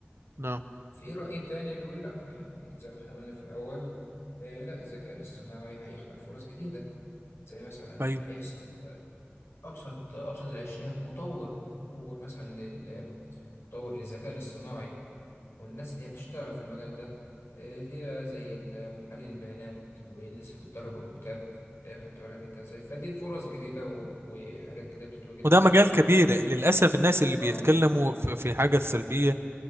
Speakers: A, on the right; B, on the left.
A: نعم
B: في رأي تاني بيقول لأ يعني زي ما احنا قلنا في الأول آه، لأ الذكاء الاصطناعي هيخلق فرص جديدة زي مثلا
A: ايوه
B: هيحصل آه، أبسط أبسط الأشياء مطور مطور مثلا لل- مطور للذكاء الاصطناعي والناس اللي هي بتشتغل في المجال ده آه، في بقى زي محلل البيانات والناس اللي بتدرب الروبوتات آه، خدت بالك انت ازاي فدي فرص جديدة و- وحاجات جديدة بتتوجد
A: وده
B: مع الوقت
A: مجال كبير للأسف الناس اللي
B: اه
A: بيتكلموا في في حاجة سلبية